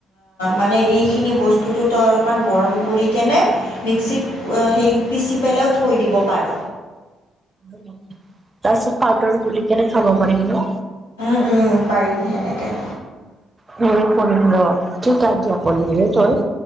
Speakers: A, on the left; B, on the right.
A: মানে এইখিনি বস্তুটো তই অলপমান গৰম কৰি কিনে মিক্সিত সেই পিচি পেলাইও থৈ দিব পাৰ।
B: তাৰ পিছত পাউদাৰ গুলি কেনে খাব পাৰিম ন।
A: উম, উম, পাৰিবি সেনেকে।
B: হেৰি কৰিম ৰ ঠিক আইদিয়া কলি হে তই।